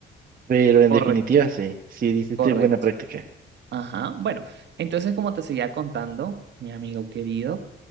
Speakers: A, on the right; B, on the right.
A: Pero en
B: Correcto,
A: definitiva, sí, sí, hiciste
B: correcto.
A: buena práctica.
B: Ajá. Bueno, entonces como te seguía contando, mi amigo querido,